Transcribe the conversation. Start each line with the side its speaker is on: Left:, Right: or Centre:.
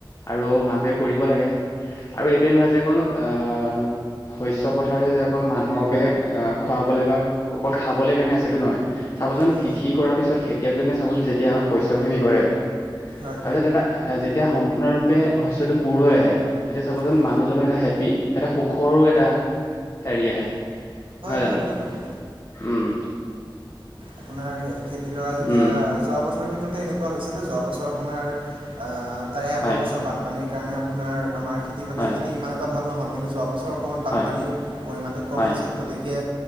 Left: আৰু মানুহে কৰিব লাগে। আৰু এইটোৱে নহয় যে অকল আহ শস্য পথাৰে যে অকল মানুহকে আ খুৱাবলে বা অকল খাবলে কাৰণে আছেটো সেইটো নহয়। চাবচোন
Right: হয়
Left: কৃষি কৰাৰ পিছত খেতিয়কজনে যেতিয়া শস্য খিনি কৰে তাৰপিছত
Right: হয়
Left: এটা এ যেতিয়া সম্পূৰ্ণৰূপে শস্যটো পূৰ হৈ আহে তেতিয়া চাব যেন
Right: হয়
Left: মানুহজনৰ এটা হেপী এটা সুখৰো এটা হেৰি আহে। নহয়
Right: হয়
Left: জানো?
Right: হয় হয়
Left: উম।
Right: আপোনাৰ খেতিডৰা যেতিয়া
Left: উম
Right: যোৱা বছৰৰ ক্ষেত্ৰতে এনেকুৱা হৈছিনে? যোৱা বছৰ আপোনাৰ তাৰে আগৰ
Left: হয়
Right: বছৰ বানপানীৰ কাৰণে আপোনাৰ আমাৰ খেতি-বাতিখিনি
Left: হয়,
Right: ইমান এটা ভাল ন'হল। কিন্তু যোৱা বছৰ অকণমান বানপানীৰ
Left: হয়,
Right: পৰিমাণটো কম
Left: হয়,
Right: নাছিল গত দিকে